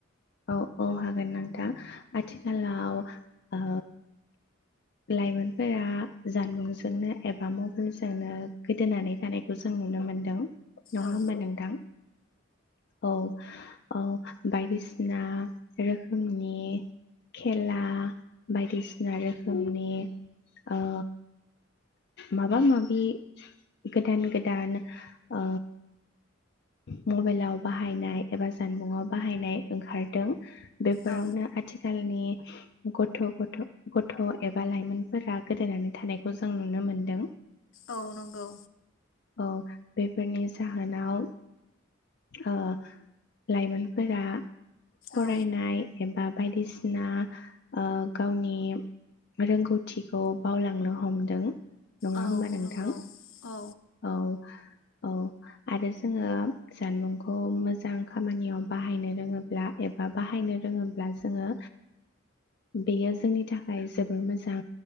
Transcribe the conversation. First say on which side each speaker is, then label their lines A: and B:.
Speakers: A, on the left; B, on the left.
A: औ औ हागोन नोंथां आथिखालाव ओ लाइमोनफोरा जानबुंजोंनो एबा मबाइलजोंनो गोदोनानै थानायखौ जों नुनो मोनदों। नङा
B: औ
A: होमबा नोंथां औ। औ बायदिसि ना रोखोमनि खेला बायदिसिना रोखोमनि ओ। माबा माबि गोदान गोदान ओ। मबाइलाव बाहायनाय एबा जानबुं आव बाहायनाय ओंखारदों। बेफोरावनो
B: औ
A: आथि खालनि गथ' गथ' गथ' एबा लाइमोनफोरा गोदोनानै थानायखौ जों नुनो मोनदों।
B: औ नंगौ।
A: औ बेफोरनि जाहोनाव ओ लाइमोनफोरा फरायनाय
B: औ
A: एबा बायदिसिना ओ गावनि रोंगौथिखौ बावलांनो हमदों। नङा
B: औ
A: होमबा नोंथां
B: नंगौ औ
A: औ। औ आरो जोङो जानबुंखौ मोजां खामानियाव बाहायनो रोङोब्ला एबा बाहायनो रोङोब्ला जोङो बेयो जोंनि थाखाय जोबोर मोजां